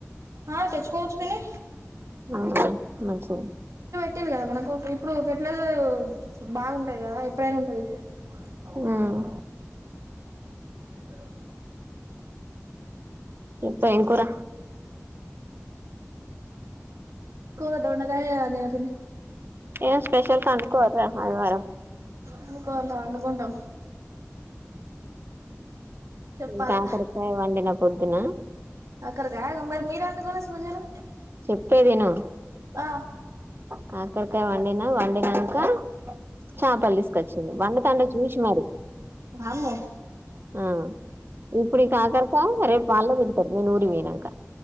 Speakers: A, on the right; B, on the right.
A: ఆ తెచ్చుకోవచ్చు పిని
B: అవున మంచి
A: పెట్ట కదా మనకు ఇప్పుడు ఫెర్టిలైజర్ బాగుంటాది కదా ఎప్పుడైన ఉంటాది <unintelligible>
B: ఉమ్
A: ఇకా
B: చె ఎం కూర
A: కూర దొండకాయ వండిన పిన్ని
B: ఏ స్పెషల్ కనుకో ఆదివారం
A: వండుకుంటాం వండుకుంటాం చెప్పాలి
B: ఇం కాకరకాయ్ వండిన పొద్దునా
A: కాకరకాయ మరి మీరు వందుకులేదు స్పెషల్
B: చెప్పేది ఇను
A: ఆ
B: కాకరకాయ్ వండిన వండినంక చేపలు తీసుకొచ్చింది వండ <unintelligible> చూసి మరి
A: వామ్మో
B: ఆ ఇప్పుడు కాకరకాయ్ రేపు ఆలు గడ్డ ఊరి పోయినాక